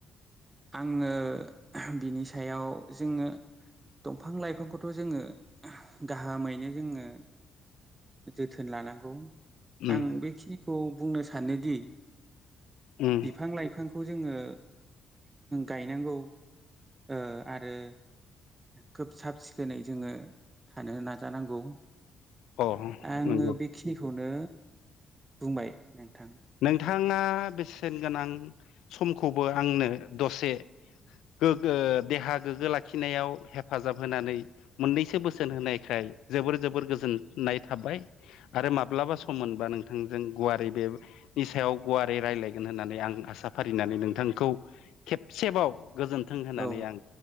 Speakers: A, on the right; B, on the left.
A: आङो बिनि सायाव जोङो बिफां लाइफांखौथ' जोङो गाहामैनो जोङो जोथोन लानांगौ
B: उम
A: आं बेखिनिखौ बुंनो सा सानोदि
B: उम
A: बिफां लाइफांखौ जोङो गायनांगौ ओ आरो खोब साब सिखोनै जोङो थानो नाजानांगौ।
B: अ
A: आङो
B: नंगौ
A: बेखिनिखौनो बुंबाय नोंथां।
B: थाङा बेसेन गोनां समखौबो आंनो दसे गोग ओ देहा गोग्गो लाखिनायाव हेफाजाब होनानै मोननैसो बोसोन होनायखाय जोबोर जोबोर गोजोननाय थाबाय आरो माब्लाबा सम मोन ओ नोंथांजों गुवारै बे नि सायाव गुवारै रायलायगोन होननानै आं आसाफारिनानै आं नोंथांखौ खेबसेबाव गोजोन्थों होननानै
A: औ
B: आं